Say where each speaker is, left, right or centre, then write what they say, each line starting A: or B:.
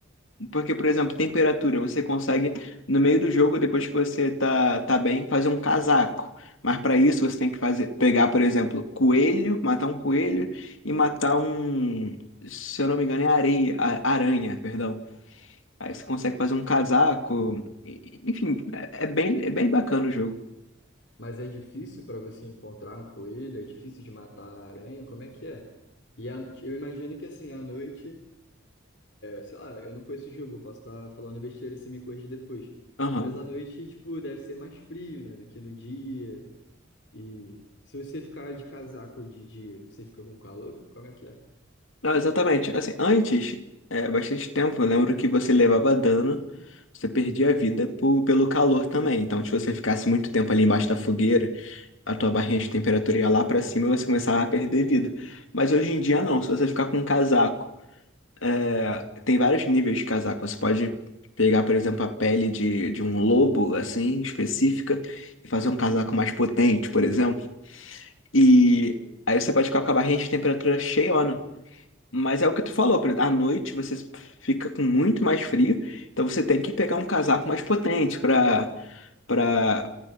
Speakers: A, on the left (about 80°); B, on the left (about 60°).
A: Porque, por exemplo, temperatura, você consegue, no meio do jogo, depois que você tá, tá bem, fazer um casaco. Mas para isso você tem que fazer, pegar, por exemplo, coelho, matar um coelho e matar um, se eu não me engano, é areia, a- aranha, perdão. Aí você consegue fazer um casaco. e- Enfim, é é bem, é bem bacana o jogo.
B: Mas é difícil pra você encontrar um coelho? É difícil de matar a aranha? Como é que é? E a- eu imagino que assim, à noite. Sei lá, eu não conheço o jogo, eu posso estar falando besteira, você me corrige depois.
A: Aham.
B: Mas à noite, tipo, deve ser mais frio, né, do que no dia. E se você ficar de casaco de dia, você fica com calor? Como é que é?
A: Não, exatamente. Assim, antes, é, bastante tempo, eu lembro que você levava dano, você perdia a vida po- pelo calor também. Então, se você ficasse muito tempo ali embaixo da fogueira, a tua barrinha de temperatura ia lá pra cima e você começava a perder vida. Mas hoje em dia não, se você ficar com um casaco, é, tem vários níveis de casaco. Você pode pegar, por exemplo, a pele de, de um lobo, assim, específica, e fazer um casaco mais potente, por exemplo. E aí você pode ficar com a barrinha de temperatura cheiona. Mas é o que tu falou, por exemplo, à noite você fica com muito mais frio, então você tem que pegar um casaco mais potente para para